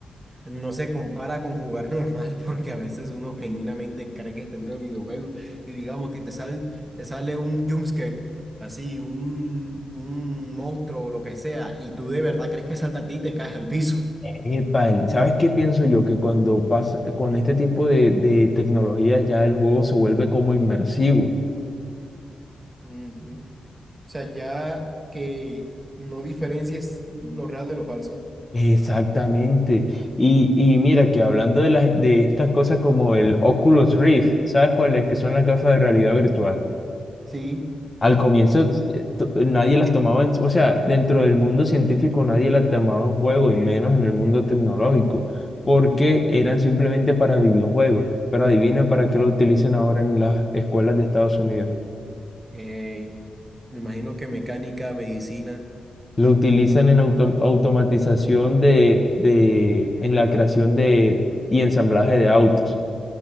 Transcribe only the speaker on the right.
no se compara con jugar <laughs> normal porque a veces uno genuinamente cree que está dentro del videojuego y digamos que te sale, te sale un jumpscare, así, un, un monstruo o lo que sea, y tú de verdad crees que salta a ti y te caes al piso.
Ujú. O sea, ya que no diferencias lo real de lo falso.
Sí,
Eh, me imagino que mecánica, medicina,